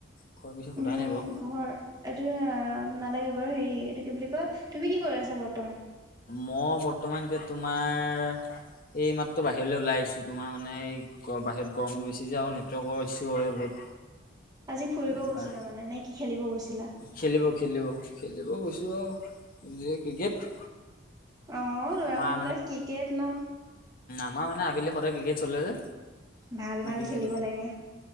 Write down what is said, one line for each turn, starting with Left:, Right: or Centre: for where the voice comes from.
Left: ঘৰৰ পিছে সোধাই
Right: মোৰ
Left: নাই বাৰু
Right: ঘৰ এইটো নালাগে বাৰু হেৰি এইটো কি বুলি কয় তুমি কি কৰি আছা বৰ্ত
Left: মই বৰ্তমান এতিয়া তোমাৰ এই মাত্ৰ বাহিৰলৈ ওলাই আহিছো তোমাৰ মানে এই বাহিৰত গৰমতটো বেছি যে আৰু নেটৱৰ্কৰ ইছু হয় বহুত
Right: আজি ফুৰিব
Left: সেইটো
Right: গৈছিলা
Left: কাৰণে
Right: মানে নে কি খেলিব গৈছিলা?
Left: খেলিব খেলিব খেলিব গৈছো ও ক্ৰিকেট
Right: অ লৰা
Left: আমাৰ
Right: মানুহবিলাক ক্ৰিকেট ন
Left: মা মানে আবেলি সদায় কি কি চলে যে।
Right: ভাল ভাল
Left: ই
Right: খেলিব লাগে।